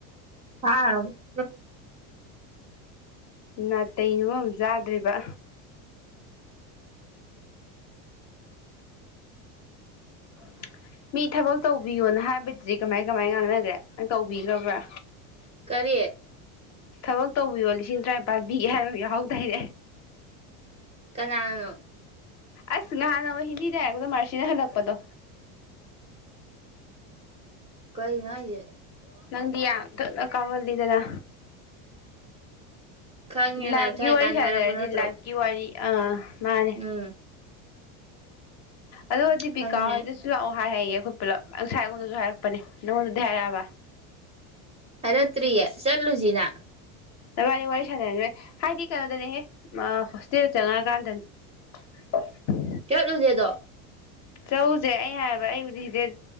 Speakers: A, on the right; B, on the left.
A: ꯊꯥꯔꯕ
B: ꯅꯥꯇꯩ ꯅ ꯃꯔꯣꯜ ꯑꯃ ꯆꯥꯗ꯭ꯔꯤꯕ ꯑ ꯃꯤ ꯊꯕꯛ ꯇꯧꯕꯤꯌꯣꯅ ꯍꯥꯏꯕꯗꯤ ꯁꯤ ꯀꯃꯥꯏ ꯀꯃꯥꯏ ꯉꯥꯡꯅꯈ꯭ꯔꯦ ꯅꯪ ꯇꯧꯕꯤꯈ꯭ꯔꯕ꯭ꯔꯥ
A: ꯀꯔꯤ
B: ꯊꯕꯛ ꯇꯧꯕꯤꯌꯣ ꯂꯤꯁꯤꯡ ꯇꯔꯥꯅꯤꯄꯥꯥꯟ ꯄꯤꯒꯦ ꯍꯥꯏꯕ ꯑꯃ ꯌꯥꯎꯍꯧꯗꯥꯏꯅꯦ
A: ꯀꯅꯥꯅ
B: ꯑꯁ ꯅꯍꯥꯟꯅ ꯍꯤꯟꯗꯤꯗ ꯍꯥꯏꯔꯛꯄꯗ ꯃꯥꯔꯁꯤꯅ ꯍꯜꯂꯛꯄꯗꯣ
A: ꯀꯩꯅꯣ ꯍꯥꯏꯖꯦ
B: ꯅꯪꯗꯤ ꯌꯥꯝ ꯊꯨꯅ ꯀꯥꯎꯒꯜꯂꯥꯗꯅ
A: ꯈꯪꯉꯦ
B: ꯂꯥꯏꯚꯒꯤ
A: ꯂꯥꯏꯞ ꯊꯥꯏ
B: ꯋꯥꯔꯤ ꯋꯥꯔꯤ
A: ꯀꯥꯟꯗ
B: ꯁꯥꯖꯔꯗꯤ
A: ꯍꯥꯏꯔꯛꯄ ꯅꯠꯇ꯭ꯔꯣ
B: ꯂꯥꯏꯚꯀꯤ ꯋꯥꯔꯤ ꯑꯥ ꯃꯥꯅꯦ
A: ꯎꯝ
B: ꯑꯗꯨꯒꯗꯤꯄꯤꯀꯥ
A: ꯈꯪꯉꯦ
B: ꯍꯣꯏꯗꯁꯨ ꯂꯥꯛꯑꯣ ꯍꯥꯏꯔꯌꯦ ꯑꯩꯈꯣꯏ ꯄꯨꯂꯞ ꯉꯁꯥꯏ ꯑꯩꯉꯣꯟꯗꯁꯨ ꯍꯥꯏꯔꯛꯄꯅꯦ ꯅꯪꯉꯣꯟꯗꯗꯤ ꯍꯥꯏꯔꯛꯑꯕ
A: ꯍꯥꯏꯔꯛꯇꯔꯤꯌꯦ ꯆꯠꯂꯨꯁꯤꯔꯥ
B: ꯅꯕꯥꯟꯅꯤ ꯋꯥꯔꯤ ꯁꯥꯟꯅꯔ ꯍꯥꯏꯗꯤ ꯀꯩꯅꯣꯗꯅꯦꯍꯦ ꯍꯣꯁꯇꯦꯜꯗ ꯆꯪꯉꯛꯀꯥꯟꯗꯅꯤ
A: ꯆꯠꯂꯨꯁꯦꯗꯣ
B: ꯆꯧꯎꯁꯦ ꯑꯩ ꯍꯥꯏꯕ ꯑꯩꯕꯨꯗꯤ ꯍꯗꯦ